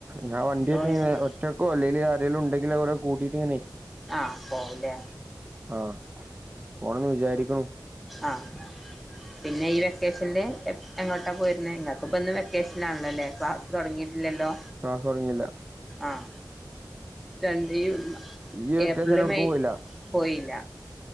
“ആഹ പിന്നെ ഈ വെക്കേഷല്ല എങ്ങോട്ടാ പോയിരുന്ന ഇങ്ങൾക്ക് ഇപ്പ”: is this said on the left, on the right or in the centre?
Centre